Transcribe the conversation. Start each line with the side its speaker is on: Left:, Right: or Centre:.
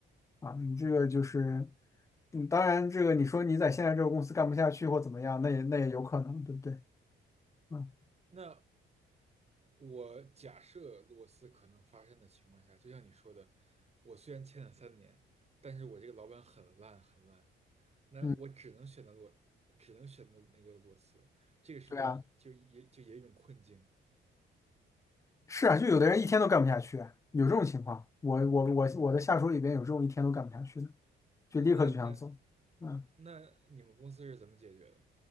Left: 啊。你这个就是，
Right: 嗯嗯。
Left: 嗯，当然这个你说你在现在这个公司干不下去或怎么样，那也那也有可能，对不对？嗯
Right: 那我假设裸辞可能发生的情况下，就像你说的，我虽然签了三年，但是我这个老板很烂很烂，那我只能选择裸，
Left: 嗯，
Right: 只能选择那个裸辞，这个是不是也就也就也有一种困境？
Left: 对啊，是啊，就有的人一天都干不下去啊有这种情况。我我我我的下属里边有这种一天都干不下去的，就立刻就想走。
Right: 那那那
Left: 嗯。
Right: 那你们公司是怎么解决的？